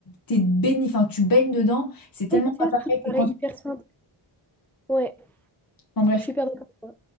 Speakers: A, on the left; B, in the centre.
A: t'es baigné, enfin, tu baignes dedans, c'est tellement
B: Oui, c'est
A: pas
B: ça, tout
A: pareil
B: te paraît
A: que quand...
B: hyper simple. Ouais,
A: Enfin, bref.
B: je suis hyper d'accord. ouais.